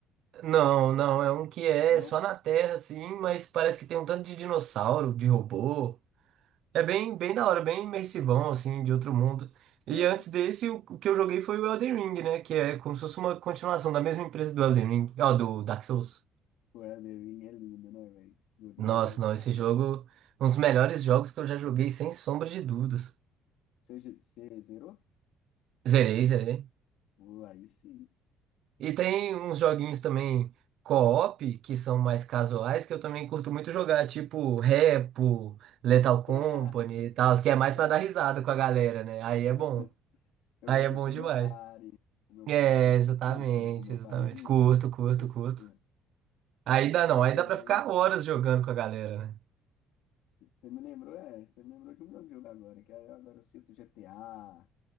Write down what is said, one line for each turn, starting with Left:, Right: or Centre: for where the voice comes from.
Right: Não, não, é um que é
Left: Não?
Right: só na Terra, assim, mas parece que tem um tanto de dinossauro, de robô. É bem, bem da hora, bem imersivão, assim, de outro mundo. E
Left: Aham.
Right: antes desse, o, o que eu joguei foi o Elden Ring, né? Que é como se fosse uma continuação da mesma empresa do Elden Ring, ó, do Dark Souls.
Left: O Elden Ring é lindo, né, velho? Esse joguinho
Right: Nossa,
Left: é bom demais.
Right: não, esse jogo, um dos melhores jogos que eu já joguei, sem sombra de dúvidas.
Left: Você, ge- você zerou?
Right: Zerei, zerei.
Left: Pô, aí sim.
Right: E tem uns joguinhos também co-op, que são mais casuais, que eu também curto muito jogar, tipo Repo, Lethal
Left: <laughs>
Right: Company
Left: Rapa
Right: e tal, que é mais
Left: legal,
Right: pra dar risada
Left: rapa legal.
Right: com a galera, né? Aí é
Left: <laughs>
Right: bom.
Left: Eu
Right: Aí
Left: gosto
Right: é
Left: de
Right: bom
Left: um Pull
Right: demais.
Left: Meu Party. Pull Meu
Right: É,
Left: Party.
Right: exatamente,
Left: Você curte um Pull Meu
Right: exatamente.
Left: Partyzinho?
Right: Curto, curto,
Left: Eu curto,
Right: curto.
Left: eu curto.
Right: Aí
Left: GTA
Right: dá não, aí
Left: também.
Right: dá pra ficar horas jogando com a galera, né?
Left: Você me lembrou, é, você me lembrou de um grande jogo agora, que aí agora eu cito GTA.